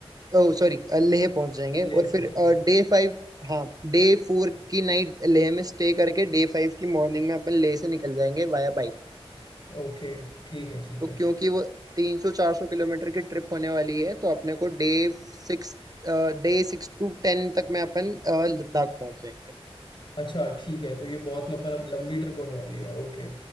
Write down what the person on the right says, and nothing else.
ओह सॉरी लेह पहुंच जाएंगे और
फिर
डे फाइव हाँ डे फोर की नाइट लेह में स्टे करके डे फाइव की मॉर्निंग में अपन लेह से निकल जाएंगे वाया बाइक
तो
क्योंकि वो तीन सौ चार सौ किलोमीटर की ट्रिप होने वाली है तो अपने को डे six day six to ten तक में अपन अ, लद्दाख पहुंच जाएंगे